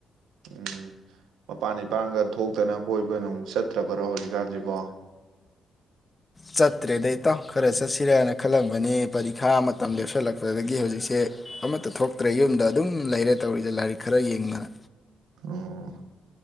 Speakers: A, on the right; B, on the left.
A: ꯎꯝ ꯃꯄꯥꯟ ꯏꯄꯥꯟꯒ ꯊꯣꯛꯇꯅ ꯀꯣꯏꯕ ꯅꯨꯡ ꯆꯠꯇ꯭ꯔꯕꯔꯣ ꯍꯧꯖꯤꯛꯀꯥꯟꯁꯤꯕꯣ
B: ꯆꯠꯇ꯭ꯔꯦꯗꯥ ꯏꯇꯥꯎ ꯈꯔ ꯆꯠꯁꯤꯔꯥꯅ ꯈꯜꯂꯝꯕꯅꯤ ꯄꯔꯤꯈꯥ ꯃꯇꯝ ꯂꯦꯞꯁꯤꯜꯂꯛꯄꯗꯒꯤ ꯍꯧꯖꯤꯛꯁꯦ ꯑꯃꯠꯇ ꯊꯣꯛꯇ꯭ꯔꯦ ꯌꯨꯝꯗ ꯑꯗꯨꯝ ꯂꯩꯔꯦ ꯇꯧꯔꯤꯁꯦ ꯂꯥꯏꯔꯤꯛ ꯈꯔ ꯌꯦꯡꯗꯅ
A: ꯑꯣ